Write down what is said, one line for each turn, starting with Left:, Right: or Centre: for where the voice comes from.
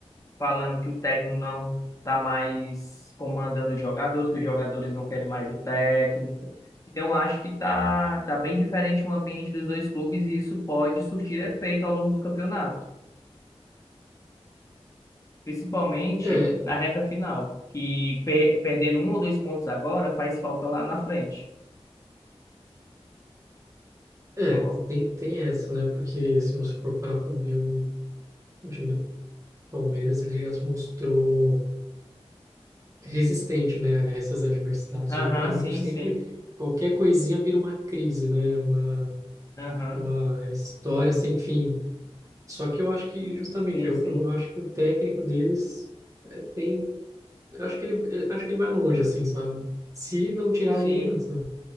Left: falando que o técnico não está mais comandando os jogadores, que os jogadores não querem mais o técnico. Então, acho que tá, tá bem diferente o ambiente dos dois clubes e isso pode surtir efeito ao longo do campeonato, principalmente
Right: É,
Left: na reta final, que pe- perdendo um ou dois pontos agora faz falta lá na frente.
Right: É,
Left: Não co-
Right: tem, tem essa, né? Porque se você for parar pra ver o, o time do Palmeiras, ele já se mostrou resistente, né, a essas adversidades.
Left: Aham,
Right: O do Flamengo
Left: sim,
Right: sempre,
Left: sim.
Right: qualquer coisinha vira uma crise, né? Uma,
Left: Aham,
Right: uma história sem fim. Só que eu acho que, justamente,
Left: sim,
Right: eu,
Left: sim.
Right: eu acho que o técnico deles é, tem. Eu acho que ele, ele- acho que ele vai longe, assim, sabe? Se não tirarem
Left: Sim.
Right: ele antes, né?